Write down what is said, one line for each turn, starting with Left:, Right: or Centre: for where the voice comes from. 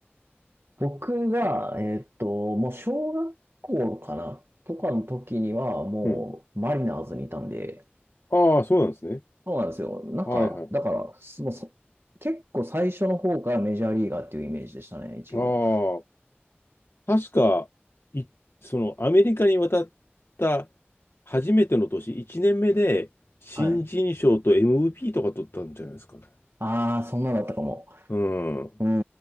Right: 僕が、えーっと、もう小学校かなとかの時には、もうマリナーズにいたんで、
Left: うん。ああ、そうなんですね。
Right: そうなんですよ。なんか、
Left: はいはい。
Right: だから、もうそ結構最初の方からメジャーリーガーっていうイメージでしたね、一応。
Left: ああ、確か、い、その、アメリカに渡った初めての年、1年目で、新人賞と
Right: はい。
Left: MVP とか取ったんじゃないですかね。
Right: ああ、そんなだったかも。
Left: うん。
Right: うー